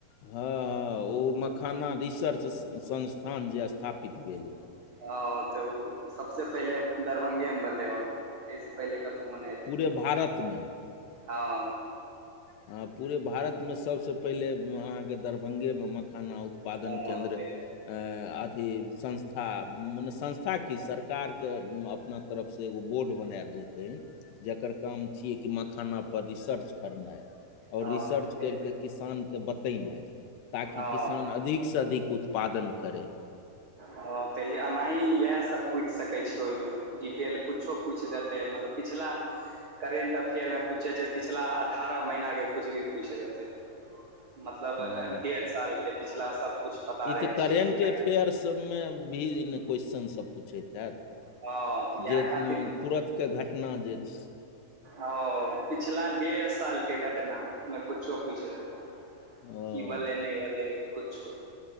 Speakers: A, on the left; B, on the right.
A: हँ-हँ ओ मखाना रिसर्च स-संस्थान जे स्थापित भेलै।
B: हँ तऽ उ सबसे पहिले दरभंगे में भेलै हन। एहिसे पहिले कतहूओ नहि रहै।
A: पूरे भारतमे
B: हँ
A: हँ पूरे भारत में सबसँ पहिले अहाँके दरभंगे में मखाना उत पादन
B: हँ
A: केन्द्र ऐं आथी संस्था मने संस् थाकि सरकार के अपना तरफसँ एगो बोर्ड बना देल दै जकर काम छियै कि मखाना पर रिसर्च करनाइ और
B: हँ
A: रिसर्च
B: हँ
A: कैर के किसान के बतयनाइ ताकि
B: हँ
A: किसान अधिक सँ अधिक उत्पादन करय।
B: हँ तऽ यै एनाही इएह सब पूइछ सकै छै ओहि में डिटेल कुछो पुइछ देतै मतलब पिछला करेन्ट अफेयर में पूछै छै पिछला अठारह महिना के कुछ भी पूइछ देतै मतलब
A: हँ
B: अ ऐ साल के पिछला सबकुछ
A: ई
B: रहैके
A: तऽ करेंट
B: चाही केना
A: अफेयर सभमें भी ज नै क्वेश्चन सभ पूछैत हैत।
B: हँ तऽ इएह
A: जे
B: खातिर
A: तुरत के घटना जे छ
B: औ पिछला डेढ़ साल के घटना में कुछो पूइछ देताै।
A: ओ
B: की भलै नै भलै कुछो।